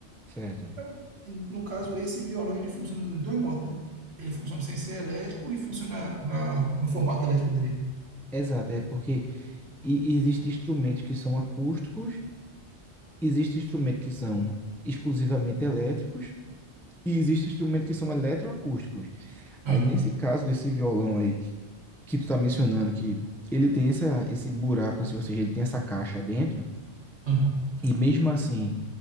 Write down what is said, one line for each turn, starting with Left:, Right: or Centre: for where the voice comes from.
Centre: certo.
Right: Eu- no caso, esse violão, ele funciona dos dois modos, né? Ele funciona sem ser elétrico e funciona na, no formato elétrico dele.
Centre: Exato, é porque e- existem instrumentos que são acústicos Existem instrumentos que são exclusivamente elétricos e existem instrumentos que são eletroacústicos.
Right: Aham,
Centre: Aí, nesse caso desse violão aí, que tu tá mencionando, que ele tem essa, esse buraco, assim, ou seja, ele tem essa caixa dentro,
Right: aham,
Centre: e mesmo assim,